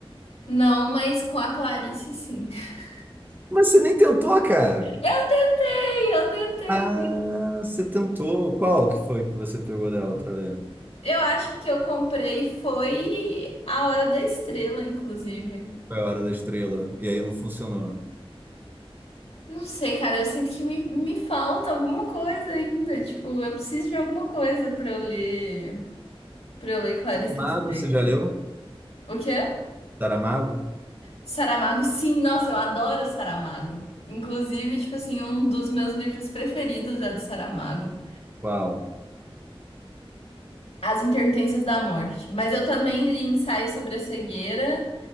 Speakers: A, on the left; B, on the right.
A: Não, mas com a Clarice, sim. <laughs>
B: Mas você nem tentou, cara.
A: Eu tentei, eu tentei.
B: Ah, você tentou. Qual que foi que você pegou dela para ler?
A: Eu acho que eu comprei foi A Hora da Estrela, inclusive.
B: Foi a Hora da Estrela. E aí não funcionou.
A: Não sei, cara, eu sinto que me, me falta alguma coisa ainda. Tipo, eu preciso de alguma coisa pra eu ler, para eu ler Clarice
B: Saramago,
A: Lispector.
B: você já leu?
A: O quê?
B: Saramago?
A: Saramago, sim, nossa, eu adoro Saramago. Inclusive, tipo assim, um dos meus livros preferidos é do Saramago,
B: Qual?
A: As Intermitências da Morte. Mas eu também li Ensaio sobre a Cegueira